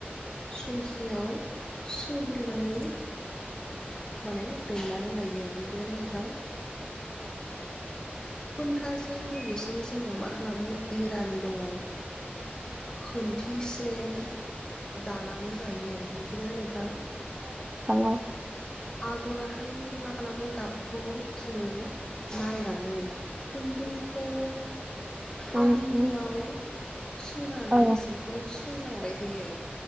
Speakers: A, on the left (about 20°); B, on the right (about 20°).
A: सुरखियाव सुग्रोनानै माने दोननानै लायो। <unintelligible> नोंथां खुन्थाजों लोगोसे जोङो मा खालामो बिरानि दङ। खनथिस <unintelligible> दानानै लायो मिथिबायना नोंथां।
B: औ
A: आगर आखाइनि मा खालामो गाबखौ जोङो नायनानै खुन्दुंखौ हादिनियाव
B: उम उम
A: सुनानै
B: औ
A: जिखौ सोलाव बाय थायो।